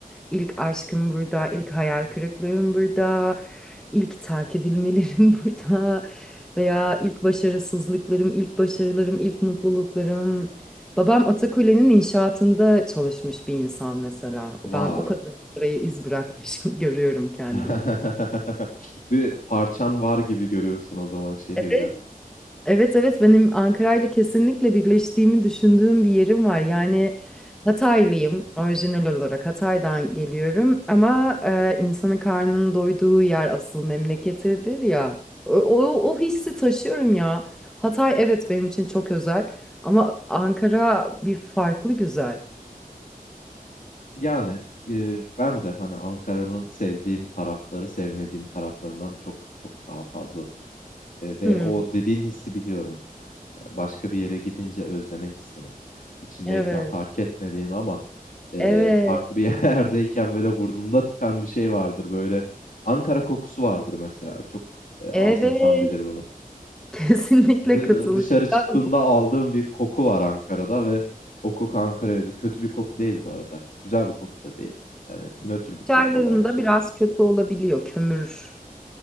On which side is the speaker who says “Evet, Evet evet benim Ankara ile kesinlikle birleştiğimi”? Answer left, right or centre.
Centre